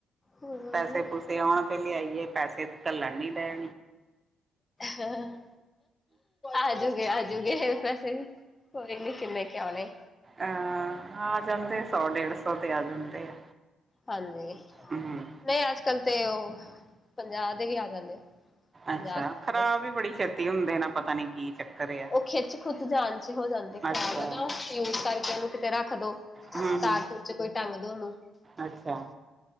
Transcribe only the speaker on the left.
ਹੂੰ
ਹਾਂ ਆਜੂਗੇ ਆਜੂਗੇ ਪੈਸੇ ਵੀ ਕੋਈ ਨੀ ਕਿੰਨੇ ਕ ਆਉਣੇ
ਹਾਂਜੀ
ਨਹੀਂ ਅੱਜ ਕੱਲ ਤੇ ਉਹ ਪੰਜਾਹ ਦੇ ਵੀ ਆ ਜਾਂਦੇ
ਪੰਜਾਹ ਸੱਠ
ਦੇ
ਉਹ ਖਿੱਚ ਖੁੱਚ ਜਾਣ ਚ ਹੋ ਜਾਂਦੇ ਖ਼ਰਾਬ
ਨਾ ਯੂਜ ਕਰਕੇ ਉਹਨੂੰ ਕਿਤੇ ਰੱਖ ਦੋ
ਤਾਰ
ਤੂਰ ਚ ਕੋਈ ਟੰਗ ਦਿਓ ਓਨੂੰ